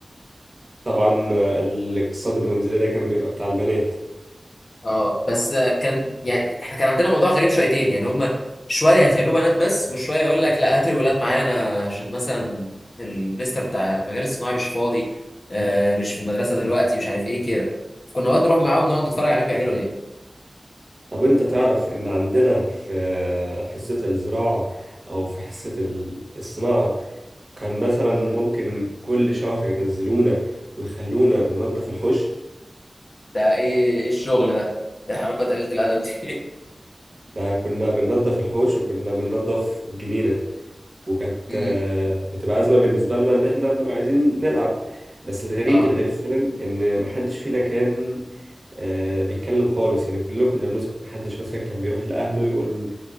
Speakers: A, on the right; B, on the left.
A: طبعا آه، الاقتصاد المنزلي ده كان بيبقى بتاع البنات
B: اه بس كان يعني احنا كان عندنا موضوع غريب شويتين يعني هما شويه يخلوه بنات بس وشويه يقول لك لا هات الولاد معانا عشان مثلا المستر بتاع المجال الصناعي مش فاضي آه مش في المدرسه دلوقتي مش عارف ايه كده كنا اوقات نروح معاهم نقعد نتفرج عليهم بيعملوا ايه
A: طب انت تعرف ان عندنا في حصة الزراعة او في حصة ال- الصناعة كان مثلا ممكن كل شهر ينزلونا ويخلونا ننظف الحوش
B: ده ايه ايه الشغل ده ايه حركات قليله الادب دي
A: ده كنا بننظف الحوش وكنا بننظف الجنينة وكانت
B: <laughs> امم
A: آه، بتبقى أزمة بالنسبة لنا ان احنا بنبقى عايزين نلعب بس الغريب
B: اه
A: الغريب فعلا ان محدش فينا كان آه، بيتكلم خالص يعني كلنا كنا بنسكت محدش مثلا كان بيروح لأهله يقول